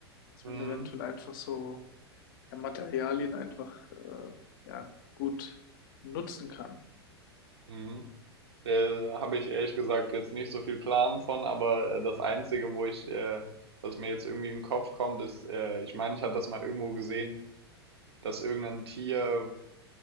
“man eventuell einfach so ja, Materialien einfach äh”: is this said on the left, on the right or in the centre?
Left